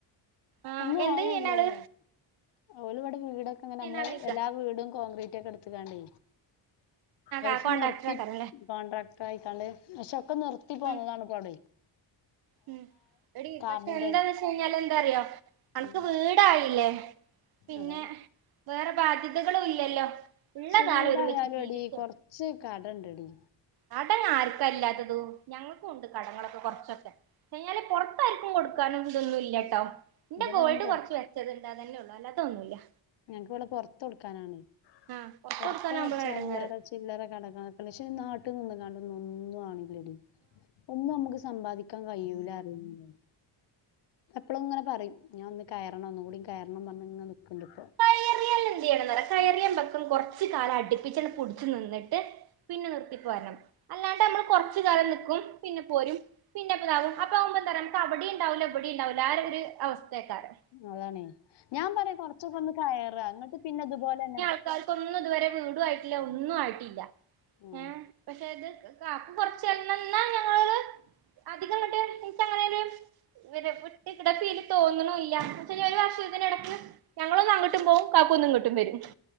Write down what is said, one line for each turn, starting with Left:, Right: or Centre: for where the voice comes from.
Right: ആഹ്
Left: ഒന്നും
Right: എന്താ
Left: ആവൂല്ലല്ലോ
Right: ചെയ്യണാള്
Left: ഓല് ഇവിടെ വീടൊക്കെങ്ങനെ അമ്മള്
Right: ആള് ചോയിക്കാ
Left: എല്ലാ വീടും കോൺക്രീറ്റ് ഒക്കെ എടുത്ത് ത്ത്ങ്ങാണ്ടേ ഗൾഫ്
Right: ആഹ് കോൺട്രാക്ടർ
Left: നിർത്തി
Right: ആക്കാരല്ലേ
Left: കോൺട്രാക്ടർ ആയിക്കാണ്ട് പക്ഷെ ഒക്കെ നിർത്തി പോന്നതാണ്
Right: ഉം
Left: ഇപ്പവടെ
Right: ഉം എടി
Left: കാർഡിന്റെ
Right: പക്ഷെ എന്താന്നെച്ചാ കഴിഞ്ഞാല് എന്താറിയോ അനക്ക്
Left: ഉം
Right: വീടായില്ലേ പിന്നെ
Left: അതാണ്
Right: വേറെ ബാധ്യതകളും ഇല്ലല്ലോ ഉള്ള
Left: പക്ഷെ
Right: കാലം
Left: വീടായാലും
Right: ഒരുമിച്ച് ജീവിച്ചോ
Left: എടി കൊറച്ച് കടണ്ടെടീ
Right: കട ആർക്കാ ഇല്ലാത്തത് ഞങ്ങൾക്കും ഉണ്ട് കടങ്ങളൊക്കെ കൊറച്ചൊക്കെ കഴിഞ്ഞാല് പൊറത്താര്ക്കും കൊട് കൊടുത്ത ക്കാനും ഇതൊന്നുല്ലാട്ടോ ഇന്റെ
Left: ഇവിടെ
Right: ഗോൾഡ്
Left: അയിന്
Right: കൊറച്ച് വെച്ചത്ണ്ട് അതന്നെ ഉള്ളു അല്ലാതൊന്നുല്ലാ
Left: ഞങ്ങക്ക് ഇവിടെ പൊറത്ത് കൊടുക്കാനാണ്
Right: ആഹ് പുറത്ത്
Left: പൊറത്ത്
Right: കൊടുക്കാനാവുമ്പളാ
Left: മേടിച്ചല്ലാതെ
Right: എടങ്ങേറ്
Left: ചില്ലറ കടങ്ങളൊക്കെ പക്ഷെ ഇനി നാട്ട് നിന്നും കാണ്ട് ഒന്നും ആവില്ലെടി ഒന്ന് നമ്മക്ക് സ് സമ്പാദിക്കാൻ കയ്യൂലാ പറിയും ഇങ്ങനെ എപ്പളും ഇങ്ങനെ പറയും ഞാൻ ഒന്ന് കയറണം ഒന്നു കൂടി കയറണം പറഞ്ഞ് ഇങ്ങനെ നിക്ക്ണ്ട്പ്പം
Right: കയറിയാല് എന്ത് ചെയ്യണന്ന് അറിയോ കയറിയാല്മ്പക്ക് കൊറച്ച്കാലം അടിപ്പിച്ചാണ്ട് പുടിച്ചു നിന്നിട്ട് പിന്നെ നിർത്തിപ്പോരണം അല്ലാണ്ട് അമ്മള് കൊറച്ച് കാലം നിക്കും പിന്നെ പോരും പിന്നെ ഇപ്പ ഇതാവും അപ്പ ആവുമ്പം എന്താറിയോ നമുക്ക് അവിടെ ഇണ്ടാവൂല്ലാ ഇവിടെ ഇണ്ടാവൂല്ലാ <unintelligible> ആ ഒരു അവസ്ഥക്കാരം
Left: അതാണേ ഞാൻ പറയാ കൊറച്ചൊക്കെ ഒന്ന് കയറണ ഇന്നട്ട് പിന്നെ ഇതുപോലെന്നെ
Right: ക്കാർക്കൊന്നും ഇതുവരെ വീടു ആയിട്ടില്ല ഒന്നും ആയിട്ടില്ല
Left: ആ
Right: ഏഹ് പക്ഷെ ഇത് <unintelligible> ആഹ് <unintelligible> ഇന്നാ ഞങ്ങള് അധികങ്ങട്ട് <unintelligible> <unintelligible> ഫീൽ തോന്നണൂല്ലാ <unintelligible> ഒരു വർഷത്തിന് എടക്ക് ഞങ്ങളൊന്ന് അങ്ങട്ടും പോവും കാക്കു ഒന്ന്ങ്ങട്ടും വരും